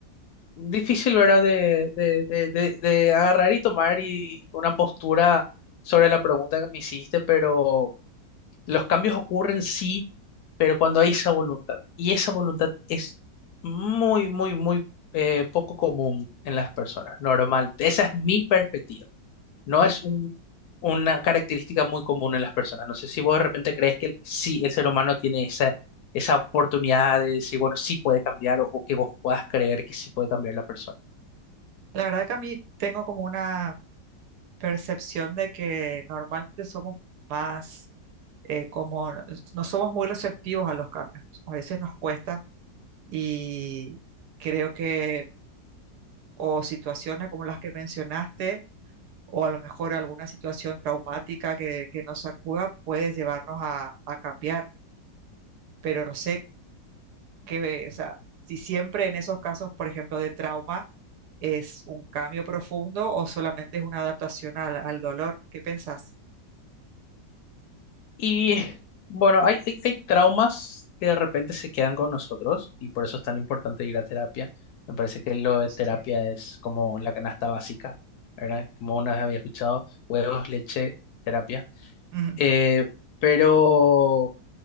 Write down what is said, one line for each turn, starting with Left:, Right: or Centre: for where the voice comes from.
Left: difícil, ¿verdad? De, de, de, de, de agarrar y tomar y una postura sobre la pregunta que me hiciste, pero los cambios ocurren sí, pero cuando hay esa voluntad. Y esa voluntad es muy, muy, muy eh, poco común en las personas, normalmente. Esa es mi perspectiva. No es un, una característica muy común en las personas. No sé si vos de repente crees que el- sí, el ser humano tiene esa... esa oportunidad de decir, bueno, sí puede cambiar o o que vos puedas creer que sí puede cambiar la persona.
Right: La verdad que a mí tengo como una percepción de que normalmente somos más eh, como, no somos muy receptivos a los cambios. A veces nos cuesta y creo que o situaciones como las que mencionaste, o a lo mejor alguna situación traumática que, que nos sacuda puede llevarnos a, a cambiar. Pero no sé qué, o sea, si siempre en esos casos, por ejemplo, de trauma, es un cambio profundo o solamente es una adaptación al, al dolor. ¿Qué pensás?
Left: Y <laughs> bueno, hay, hay, hay traumas que de repente se quedan con nosotros y por eso es tan importante ir a terapia. Me parece que lo de
Right: Sí.
Left: terapia es como la canasta básica, ¿verdad? Como una vez había escuchado, huevos, leche, terapia.
Right: Ujú.
Left: Eh, pero,